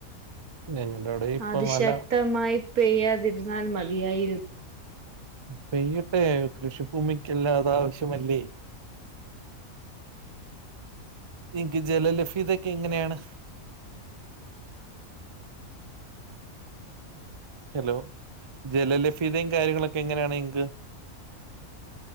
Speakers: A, on the right (about 40°); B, on the right (about 85°).
A: ഞങ്ങളുടെ അവിടെ ഇപ്പോൾ
B: അതിശക്തമായി
A: നല്ല
B: പെയ്യാതിരുന്നാൽ മതിയായിരുന്നു
A: പെയ്യട്ടെ കൃഷിഭൂമിക്കെല്ലാ അതാവശ്യമല്ലേ നിക്ക് ജലലഭ്യതൊക്കെ എങ്ങനെയാണ് ഹലോ ജലലഭ്യതയും കാര്യങ്ങളൊക്കെ എങ്ങനെയാണ് ഇങ്ങ്ക്